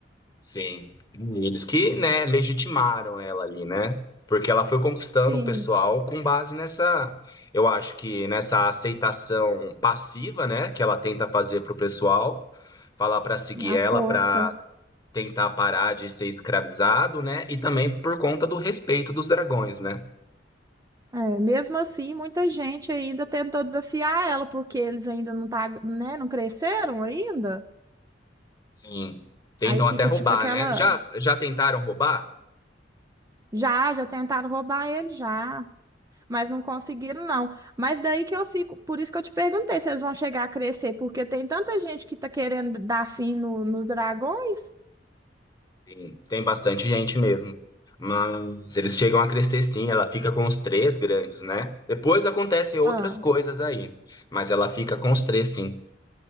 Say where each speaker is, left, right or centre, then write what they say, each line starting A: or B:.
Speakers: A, on the left; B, on the right.
A: Sim, E eles que, né, legitimaram ela ali, né? Porque ela foi conquistando
B: Sim,
A: o pessoal com base nessa, eu acho que nessa aceitação passiva, né, que ela tenta fazer pro pessoal, falar para seguir
B: na
A: ela,
B: força.
A: para tentar parar de ser escravizado, né? E também por conta do respeito dos dragões, né?
B: É, mesmo assim, muita gente ainda tentou desafiar ela, porque eles ainda não tá, né, não cresceram ainda.
A: Sim. Tentam
B: Aí fica
A: até roubar,
B: tipo aquela,
A: né? Já já tentaram roubar?
B: já, já tentaram roubar ele, já, mas não conseguiram, não. Mas daí que eu fico, por isso que eu te perguntei se eles vão chegar a crescer, porque tem tanta gente que tá querendo dar fim no- nos dragões.
A: Tem, tem bastante gente mesmo. Mas eles chegam a crescer sim, ela fica com os três grandes, né? Depois acontecem outras
B: Ah,
A: coisas aí, mas ela fica com os três sim.